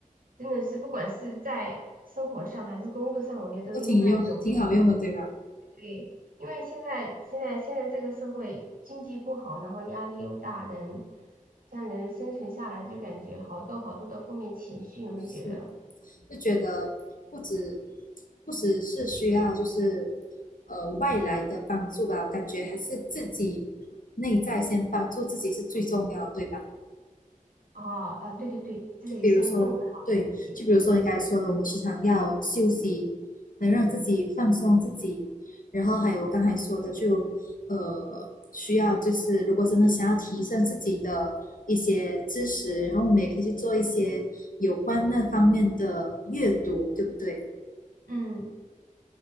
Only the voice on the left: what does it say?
都挺用挺好用的，对吧？
是，就觉得不止不只是需要就是呃外来的帮助吧，我感觉还是自己内在先帮助自己是最重要的，对吧？
就比如说，对，就比如说你刚才说的，我们时常要休息，能让自己放松自己，然后还有我刚才说的就，呃，需要就是如果真的想要提升自己的一些知识，然后我们也可以去做一些有关那方面的阅读，对不对？